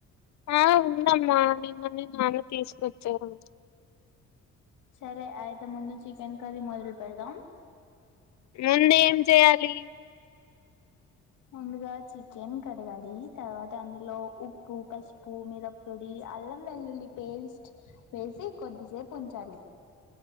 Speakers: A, on the left; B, on the left.
A: ఆ ఉందమ్మా నిన్ననే నాన్న తీసుకొచ్చారు
B: సరే అయితే ముందు చికెన్ కర్రీ మొదలు పెడదాం
A: ముందు ఏం చేయాలి
B: ముందుగా చికెన్ కడగాలి తర్వాత అందులో ఉప్పు పసుపు మిరపొడి అల్లం వెల్లుల్లి పేస్ట్ వేసి కొద్దిసేపు ఉంచాలి